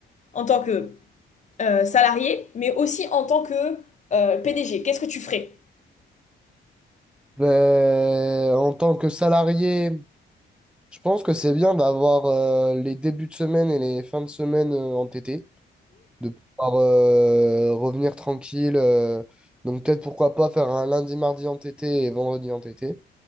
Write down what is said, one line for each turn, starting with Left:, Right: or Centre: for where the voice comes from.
Left: en tant que euh, salarié, mais aussi en tant que euh, PDG. Qu'est-ce que tu ferais?
Centre: Ben, en tant que salarié, je pense que c'est bien d'avoir euh, les débuts de semaine et les fins de semaine euh, entêtés, de pouvoir euh, revenir tranquille. euh, donc peut-être pourquoi pas faire un lundi, mardi entêté et vendredi entêté.